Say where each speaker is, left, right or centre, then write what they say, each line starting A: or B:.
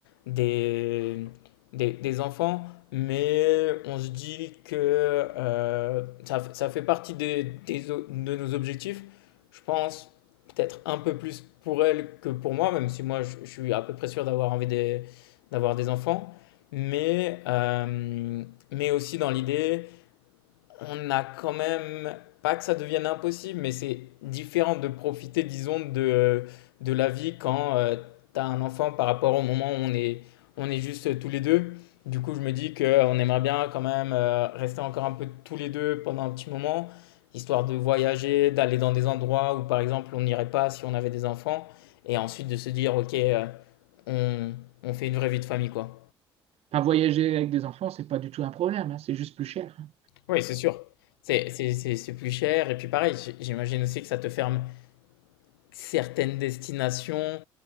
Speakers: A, on the left; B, on the right.
A: des, des, des enfants, mais on se dit que euh, ça, f- ça fait partie des, des o- de nos objectifs. Je pense peut-être un peu plus pour elle que pour moi, même si moi je, je suis à peu près sûr d'avoir envie des- d'avoir des enfants, mais, euh, mais aussi dans l'idée on a quand même, pas que ça devienne impossible, mais c'est différent de profiter, disons, de, de la vie quand euh, t'as un enfant par rapport au moment où on est, on est juste tous les deux. Du coup, je me dis qu'on aimerait bien quand même euh, rester encore un peu tous les deux pendant un petit moment, histoire de voyager, d'aller dans des endroits où, par exemple, on n'irait pas si on avait des enfants, et ensuite de se dire, OK, euh, on, on fait une vraie vie de famille, quoi.
B: Enfin, voyager avec des enfants, c'est pas du tout un problème, hein, c'est juste plus cher. hein.
A: Oui, c'est sûr. C'est c'est- c'est- c'est plus cher, et puis pareil, j'- j'imagine aussi que ça te ferme certaines destinations,